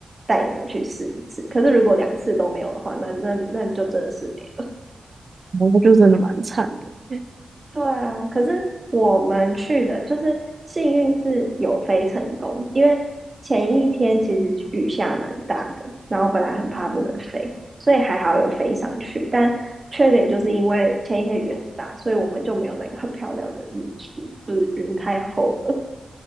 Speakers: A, on the right; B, on the right.
A: 带你们去试一次。可是如果两次都没有的话，那那那就真的是没
B: 哦那就真的蛮惨的耶。
A: 对啊，可是我们去的就是幸运是有飞成功，因为前一天其实雨下蛮大的，然后本来很怕不能飞，所以还好有飞上去。但缺点就是因为前一天雨很大，所以我们就没有那个很漂亮的日出，就是云太厚了，